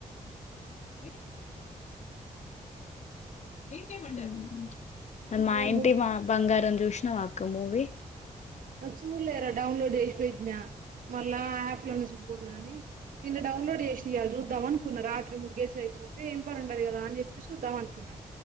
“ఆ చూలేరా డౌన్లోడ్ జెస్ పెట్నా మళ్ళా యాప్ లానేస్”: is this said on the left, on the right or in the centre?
Right